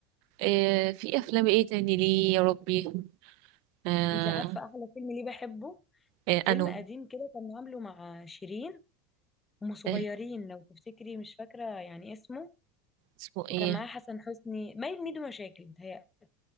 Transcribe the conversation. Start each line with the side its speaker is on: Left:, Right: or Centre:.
Right: آه في افلام ايه تاني ليه يا ربي آه
Left: انت عارفة احلى فيلم ليه بحبه
Right: آه
Left: فيلم
Right: انو
Left: قديم كده كان عامله مع شيرين هما صغيرين
Right: آه
Left: لو تفتكري مش فاكرة يعني اسمه
Right: اسمه
Left: وكان
Right: ايه
Left: معاه حسن حسني باين ميدو مشاكل بتهيألي